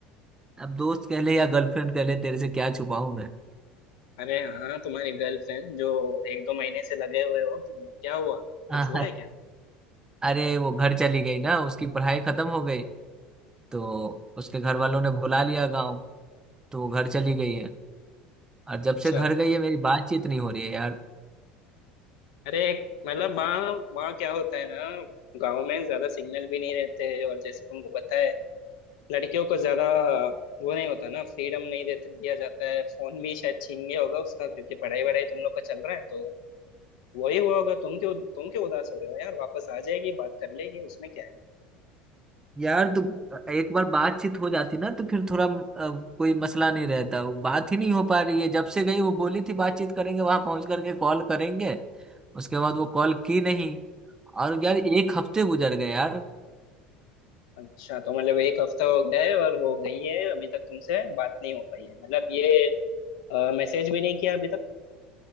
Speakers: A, on the right (about 15°); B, on the left (about 55°).
A: अब दोस्त कह ले या गर्लफ्रेंड कह ले तेरे से क्या छुपाऊं मैं
B: अरे हाँ तुम्हारी गर्लफ्रेंड जो एक दो महीने से लगे हुए हो तुम क्या हुआ
A: <laughs>
B: कुछ हुआ
A: अ,
B: है क्या
A: अरे वो घर चली गई ना उसकी पढ़ाई खत्म हो गई तो उसके घर वालों ने बुला लिया गाँव तो वो घर चली गई है और जब
B: अच्छा
A: से घर गई है मेरी बातचीत नहीं हो रही है यार
B: अरे मतलब वहाँ वहाँ क्या होता है ना गांव में ज्यादा सिग्नल भी नहीं रहते हैं और जैसे तुमको पता है लड़कियों को ज्यादा वो नहीं होता ना फ्रीडम नहीं देते दिया जाता है फोन भी शायद छीन गया होगा उसका क्योंकि पढ़ाई वढ़ाई तुम लोग का चल रहा है तो वही हुआ होगा तुम क्यों तुम क्यों उदास हो रहे हो यार वापस आ जाएगी बात कर लेगी उसमें क्या है
A: यार तो एक बार बातचीत हो जाती ना तो फिर थोड़ा अ, कोई मसला नहीं रहता वो बात ही नहीं हो पा रही है जब से गई वो बोली थी बातचीत करेंगे वहां पहुंच करके कॉल करेंगे उसके बाद वो कॉल की नहीं और यार एक हफ्ते गुजर गए यार
B: अच्छा तो मतलब एक हफ्ता हो गया है और वो गई है अभी तक तुमसे बात नहीं हो पाई है मतलब ये मैसेज भी नहीं किया अभी तक